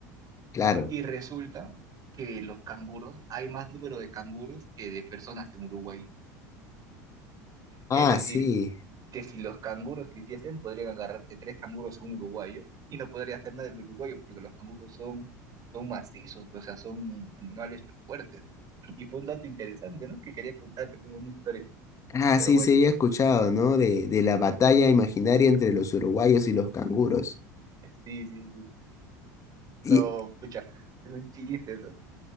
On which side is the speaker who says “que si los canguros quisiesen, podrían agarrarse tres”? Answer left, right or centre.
Right